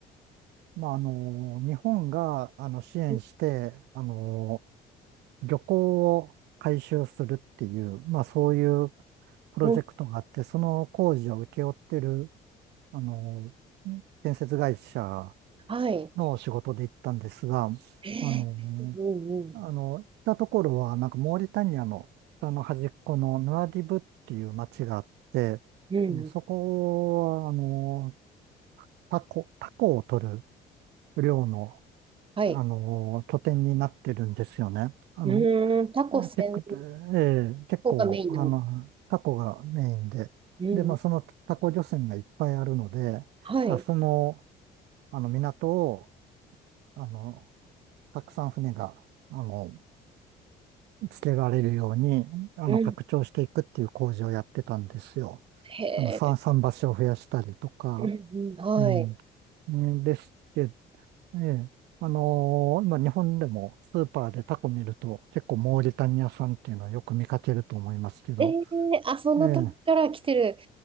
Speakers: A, on the right; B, on the right.
A: まあ、あの、日本が、あの、支援して、
B: ー
A: あの、漁港を改修するっていう、まあそういうプロジェクトがあって、
B: うん、
A: その工事を請け負ってる、あの、建設会社
B: はい。
A: の仕事で行ったんですが、
B: ええうんうん。
A: あの、あの、行ったところは、なんかモーリタニアの北の端っこのヌアディブっていう町があって、
B: うん。
A: あの、そこは、あの、タコ、タコを取る漁の、
B: はい。
A: あの、拠点になってるんですよね。あの、
B: うーん、タコ専
A: えテッええ結構、
B: 攻がメインなんです
A: あの、タコがメインで、
B: うんうん。
A: で、まあ、そのタコ漁船がいっぱいあるので、
B: はい。
A: まあ、その、あの、港を、あの、たくさん船が、あの、つけられるように、あの、
B: うん。
A: 拡張していくっていう工事をやってたんですよ。
B: へえ。
A: あの、さ桟橋を増やしたりとか、
B: うんうんはい。
A: うん。ねですけど、ええあのーまあ、日本でもスーパーでタコ見ると結構モーリタニア産っていうのはよく見かけると思いますけど、
B: ええあ、そんなとこから来てる。
A: ええ、